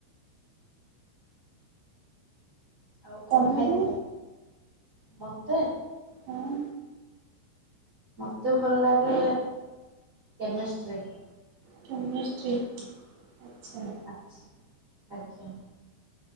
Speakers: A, on the right (about 55°); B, on the right (about 70°).
A: ଆଉ କଣ
B: ତମକୁ?
A: ଖାଇଥିଲ? ମତେ
B: ହଁ
A: ମୋତେ ଭଲ ଲାଗେ କେମିଷ୍ଟ୍ରିରେ
B: ସମ ଆଚ୍ଛା।
A: ଆଚ୍ଛା। ଆଜ୍ଞା।